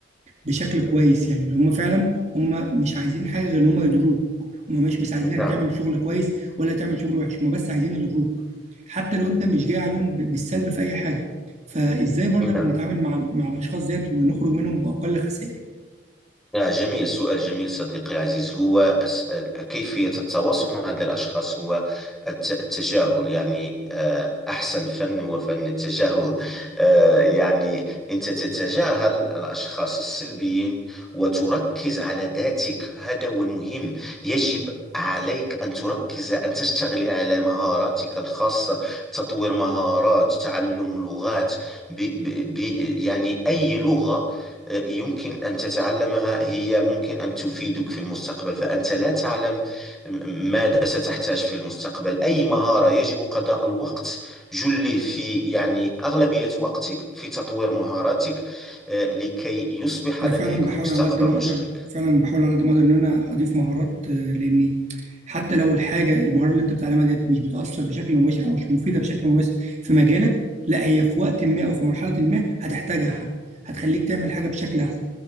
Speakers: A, on the right; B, in the centre.
A: بشكل كويس يعني اللي هم فعلا هم مش عايزين حاجه غير ان هم يضروك هم مش مش عايزينك
B: نعم
A: تعمل شغل كويس ولا تعمل شغل وحش هم بس عايزين يضروك حتى لو انت مش جاي عليهم ب- بالسلب في اي حاجه فازاي برضك
B: نعم
A: نتعامل مع مع الاشخاص ديت ونخرج منهم باقل خسائر
B: نعم جميل سؤال جميل صديقي العزيز هو أس- كيفية التواصل مع هذا الأشخاص هو الت- التجاهل يعني آه، أحسن فن هو فن التجاهل آه، يعني أنت تتجاهل الأشخاص السلبيين وتركز على ذاتك هذا هو المهم يجب عليك أن تركز أن تشتغل على مهاراتك الخاصة تطوير مهارات تعلم لغات ب ب ب يعني أي لغة يمكن أن تتعلمها هي ممكن أن تفيدك في المستقبل فأنت لا تعلم م- ماذا ستحتاج في المستقبل أي مهارة يجب قضاء الوقت جله في يعني أغلبية وقتك في تطوير مهاراتك آه، لكي يصبح
A: انا
B: لديك
A: فعلا بحاول
B: مستقبل
A: على قد ما
B: مشرق
A: اقدر فعلا بحاول على قد ما اقدر ان انا اضيف مهارات آه، لاني حتى لو الحاجه المهاره اللي انت بتتعلمها ديت مش بتاثر بشكل مباشر او مش مفيده بشكل مباشر في مجالك لا هي في وقت ما او في مرحله ما هتحتاجها هت- هتخليك تعمل حاجه بشكل احسن